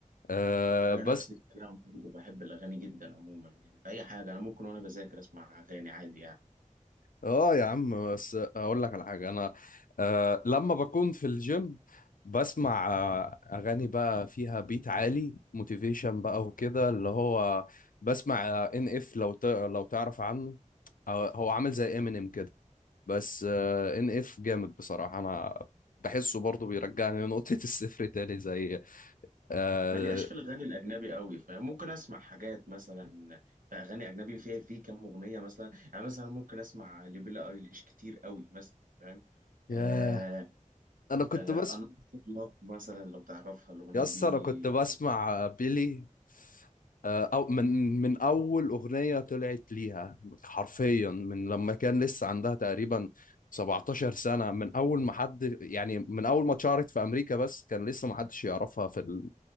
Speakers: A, on the left; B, on the right.
A: أه
B: انا
A: بس
B: نفس الكلام برضه بحب الاغاني جدا عموما يعني في اي حاجه انا ممكن وانا بذاكر اسمع اغاني عادي يعني
A: اه يا عم بس اقول لك على حاجه انا آه لما بكون في الجيم بسمع آه اغاني بقى فيها بيت عالي موتيفيشن بقى وكده اللي هو بسمع ان اف لو ت... لو تعرف عنه هو هو عامل زي امينيم كده بس ان اف جامد بصراحه انا بحسه برضه بيرجعني لنقطه <laughs> الصفر تاني زي آه
B: ملياش في الغني الاجنبي قوي فممكن اسمع حاجات مثلا في اغاني اجنبي فيها في كام اغنيه مثلا يعني مثلا ممكن اسمع لبيلا ايليش كتير قوي مثلا فاهم
A: ياه
B: آه
A: انا كنت
B: آه
A: بس
B: انا لاف مثلا لو تعرفها الاغنيه
A: يس
B: دي
A: انا كنت بسمع بيلي آه، او من من اول اغنيه طلعت ليها حرفيا من لما كان لسه عندها تقريبا 17 سنه من اول ما حد يعني من اول ما اتشهرت في امريكا بس كان لسه ما حدش يعرفها في ال...